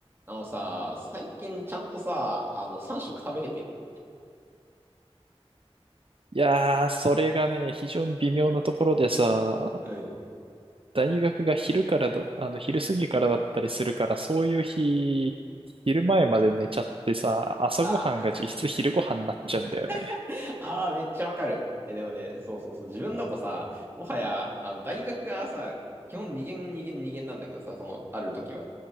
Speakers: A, on the right (about 20°); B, on the right (about 60°).
A: あのさ、最近ちゃんとさ、あの、3食食べれてる。
B: いやー、それがね、非常に微妙なところでさ、
A: うん。
B: 大学が昼からだ、あの、昼過ぎからだったりするから、そういう日、昼前まで寝ちゃってさ、朝ごはんが実質昼ごはんになっちゃうんだよね。
A: あーあー、<laughs> ああ、めっちゃわかる。え、でもね、そうそうそう、自分だとさ、もはや、あの、大学がさ、基本2限2限2限なんだけどさ、その、ある時は。